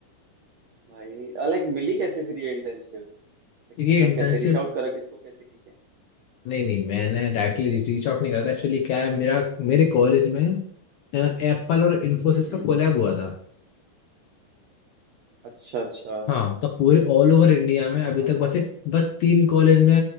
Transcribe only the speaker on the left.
ये इंटर्नशिप
नहीं नहीं मैंने डायरेक्टली रीच आउट नहीं करा था एक्चुअली क्या है मेरा मेरे कॉलेज में एप्पल और इन्फोसिस
का कोलैब हुआ था
हाँ तो पूरे ऑल ओवर इंडिया में अभी
तक बस एक बस तीन कॉलेज में